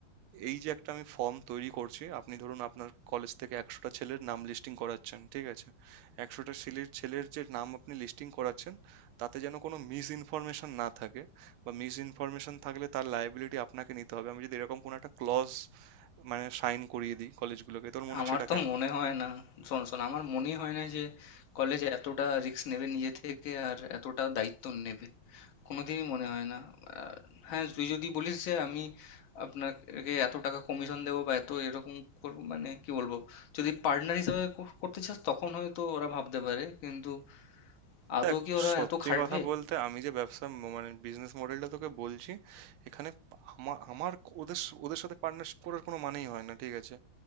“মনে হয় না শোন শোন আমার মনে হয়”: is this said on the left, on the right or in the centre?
Left